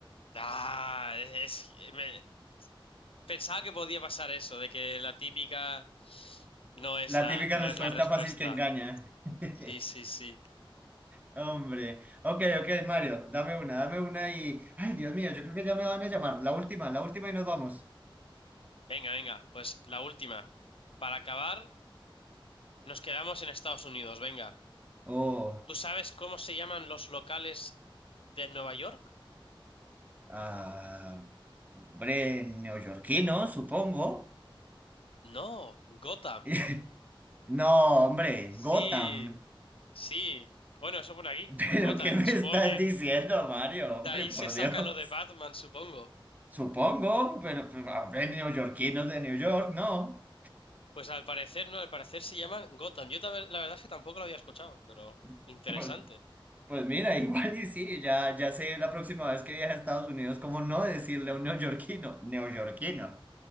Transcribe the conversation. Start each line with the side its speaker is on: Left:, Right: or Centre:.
Left: Ah, es, me- pensaba que podía pasar eso, de que la típica no es
Right: La
Left: la,
Right: típica
Left: no
Right: respuesta
Left: es la respuesta.
Right: fácil que engaña. <laughs>
Left: Sí, sí, sí.
Right: Hombre. Ok, ok, Mario, dame una, dame una y... Ay, Dios mío, yo creo que ya me van a llamar. La última, la última y nos vamos.
Left: Venga, venga, pues la última. Para acabar, nos quedamos en Estados Unidos, venga.
Right: Oh.
Left: ¿Tú sabes cómo se llaman los locales de Nueva York?
Right: Ah, hombre, neoyorquino, supongo.
Left: No, Gotham.
Right: <laughs> No, hombre,
Left: Sí,
Right: Gotham.
Left: sí. Bueno, eso pone aquí,
Right: <laughs> ¿Pero
Left: Gotham.
Right: qué me
Left: Supongo
Right: estás
Left: que
Right: diciendo, Mario?
Left: de
Right: Hombre,
Left: ahí
Right: por
Left: se saca
Right: Dios.
Left: lo de Batman, supongo.
Right: Supongo, pero pues, a ver, neoyorquinos de New York, no.
Left: Pues al parecer, no, al parecer se llaman Gotham. Yo también- la verdad es que tampoco lo había escuchado, pero
Right: <laughs>
Left: interesante.
Right: Pues, pues mira, igual y sí, ya, ya sé la próxima vez que viaje a Estados Unidos, cómo no decirle a un neoyorquino, neoyorquino.